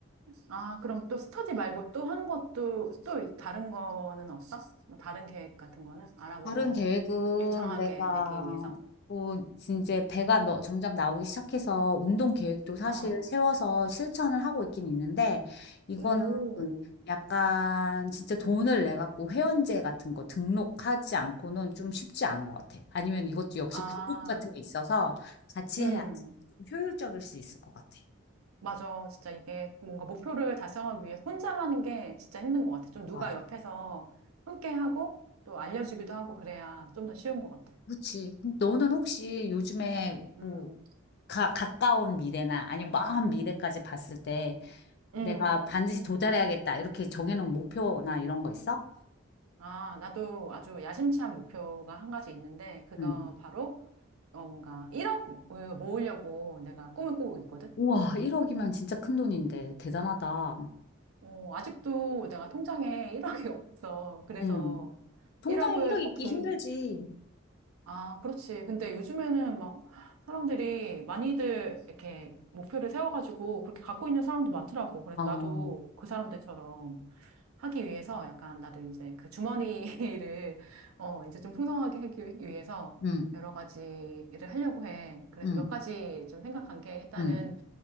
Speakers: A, on the right (about 85°); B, on the left (about 50°).
A: 아, 그럼 또 스터디 말고 또 하는 것도, 또 다른 거는 없어? 뭐 다른 계획 같은 거는? 아랍어
B: 다른 계획은
A: 유창하게
B: 내가
A: 되기 위해서?
B: 뭐 이제 배가 너, 점점 나오기 시작해서 운동 계획도 사실
A: 어,
B: 세워서 실천을 하고 있긴 있는데 이거는
A: 오,
B: 약간 진짜 돈을 내 갖고 회원제 같은 거 등록하지 않고는 좀 쉽지 않은 것 같아. 아니면 이것도 역시
A: 아,
B: 그룹 같은 게 있어서 같이
A: 음.
B: 해야지 좀 효율적일 수 있을 것 같아.
A: 맞아. 진짜 이게 뭔가 목표를 달성하기 위해 혼자 하는 게 진짜 힘든 것 같아. 좀 누가
B: 맞아.
A: 옆에서 함께 하고 또 알려주기도 하고 그래야 좀 더 쉬운 것 같아.
B: 그렇지. 너는 혹시 요즘에 뭐
A: 음,
B: 가, 가까운 미래나 아니면 먼 미래까지 봤을 때 내가
A: 음.
B: 반드시 도달해야겠다. 이렇게 정해놓은 목표나 이런 거 있어?
A: 아, 나도 아주 야심찬 목표가 한 가지 있는데 그거
B: 응.
A: 바로 어, 뭔가 1억을 모으려고 내가 꿈을 꾸고 있거든.
B: 우와, 1억이면 진짜 큰 돈인데. 대단하다.
A: 어, 아직도 내가 통장에 <laughs> 1억이 없어. 그래서
B: 응. 통장에
A: 1억을
B: 1억
A: 꼭
B: 있기
A: 종,
B: 힘들지.
A: 아, 그렇지. 근데 요즘에는 막 사람들이 많이들 이렇게 목표를 세워가지고 그렇게 갖고 있는 사람도 많더라고. 그래서
B: 어,
A: 나도 그 사람들처럼 하기 위해서 약간 나도 이제 그 주머니를 <laughs> 어, 이제 좀 풍성하게 하기 위해서
B: 응,
A: 여러 가지 일을 하려고 해. 그래서
B: 응,
A: 몇 가지 좀 생각한 게 일단은
B: 응.